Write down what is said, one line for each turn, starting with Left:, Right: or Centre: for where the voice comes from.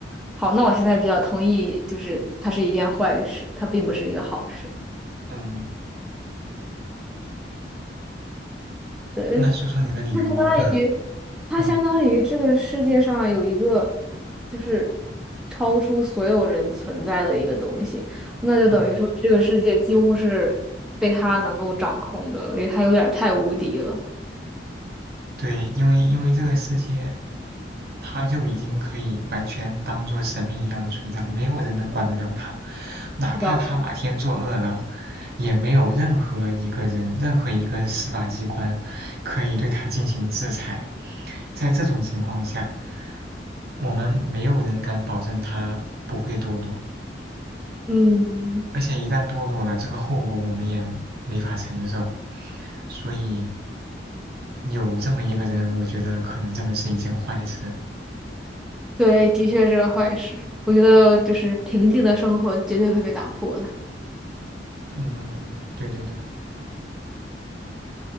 Centre: 好，那我现在比较同意，就是它是一件坏事，它并不是一个好事。
Right: 嗯，
Centre: 对，
Right: 那说说你的理由吧。
Centre: 它相当于
Right: <laughs>
Centre: 它相当于这个世界上有一个
Right: 嗯
Centre: 就是超出所有人存在的一个东西，那就等于说这个世界几乎是被他能够掌控的了，
Right: 嗯。
Centre: 因为他有点儿太无敌了。
Right: 对，因为因为这个世界，他就已经可以完全当做神明一样的存在，没有人能管得了他，哪怕他哪天作恶了，
Centre: 是的，
Right: 也没有任何一个人、任何一个司法机关可以对他进行制裁。在这种情况下，我们没有人敢保证他不会堕落，
Centre: 嗯，
Right: 而且一旦堕落了，这个后果我们也没法承受。所以有这么一个人，我觉得可能真的是一件坏事。
Centre: 对，的确是个坏事。我觉得就是平静的生活绝对会被打破的。
Right: 嗯，嗯嗯对对对。